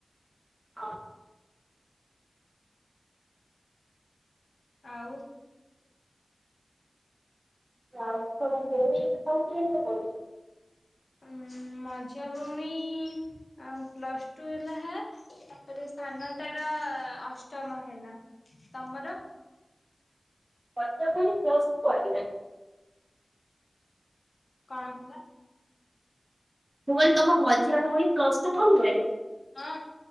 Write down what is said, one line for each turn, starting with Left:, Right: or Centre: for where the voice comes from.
Right: ହଁ।
Left: ଆଉ
Right: <unintelligible>
Left: ଉ ମଝିଆ ଭଉଣୀ ପ୍ଲସ ଟୁ ହେଲା ହେ ତାପରେ ସ୍ଥାନଟ ର ଅଷ୍ଟମ ହେଲା, ତମର?
Right: <unintelligible>
Left: କଣ ହେଲା?
Right: ମୁଁ କଇଲି ତମ ମଝିଆ ଭଉଣୀ ପ୍ଲସ ଟୁ ପଢ଼ିଲାଣି?
Left: ହଁ